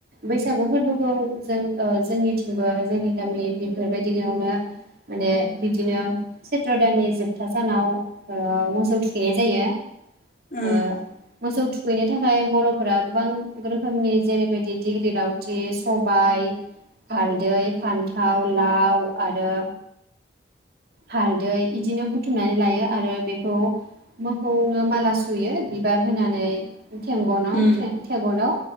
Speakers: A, on the right; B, on the left.
A: बैसागु फोरबोखौ जों जोंनिथिंबो जोंनि गामि बेफोरबायदियावनो माने बिदिनो चैथ्र दाननि जोबथा सानाव ओ मोसौ थुखैनाय जायो
B: ओं
A: ओ मोसौ थुखै खैनो थाखाय बर'फोरा गोबां रोखोमनि जेरैबायदि डिग्रि लावथि सबाय हालदै, फान्थाव, लाव आरो हालदै, इदिनो बुथुमनानै लायो आरो बेखौ मोखौनो माला सुयो बिबार होनानै थेंगनाव
B: ओ ओम
A: थेंगनाव